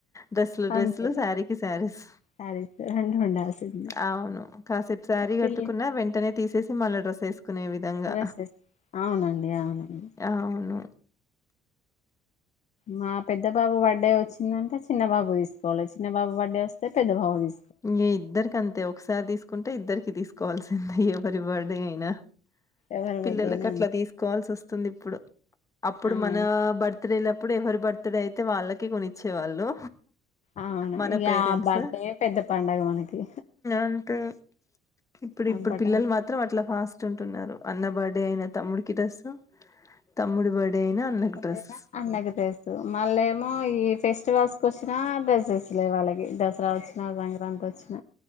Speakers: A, on the left; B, on the left.
A: డ్రెస్లు డ్రెస్సు
B: అంతే
A: లు శారీకి శారీస్
B: శారీస్ రెండు ఉండాల్సింది
A: అవును కాసేపు శారీ క
B: పిల్లి
A: ట్టుకున్నా వెంటనే తీసే మళ్ళ సస్ కునే విధంగా
B: డ్రెస్సెస్ అవునండి అవునండి
A: అవును
B: మా పెద్ద బాబు బర్త్డే వచ్చిందంటే చిన్నబాబు తీసుకోవాలి చిన్న బాబు బర్త్డే వస్తే పెద్ద బాబు తీసు
A: న ఇద్దరిక అంతే ఒకసారి తీసుకుంట ఇద్దరికి తీసుకోవాల్సిందే పరిపడ అయినా
B: ఎవరి
A: పిల్లలలకు
B: బర్త్డేనా
A: అట్లా
B: అంతే.
A: తీసుకోవాల్సి వస్తు స్తుంది ఇప్పుడు అప్పుడు
B: అవును
A: మన బర్త వెళ్ళప్పుడు ఎవరి బర్త్డే అయితే వాళ్ళకి కొనిచ్చేవాళ్ళు
B: అవును
A: మన పేరెంట్స్.
B: బర్డే పెద్ద పండగ మనకి
A: అంతే ఇప్పుడు
B: ఆ
A: ఇప్పుడు
B: బట్టలు
A: పిల్లలు మాత్రం అట్లా ఫాస్ట్ ఉంటు అన్న బర్డే అయిన తమ్ముడి కి రస్ తమ్ముడు బర్డే అయినా అన్నకు డ్రెస్
B: అే అన్నకి తెలుసు మళ్ళ ఏమో ఈ ఫెస్ ఫట్ క్స్క వచ్చినాడ్రస్సేస్లే వాళ్ళకి దసరా వచ్చ నాదంగ రాంతొచ్చిన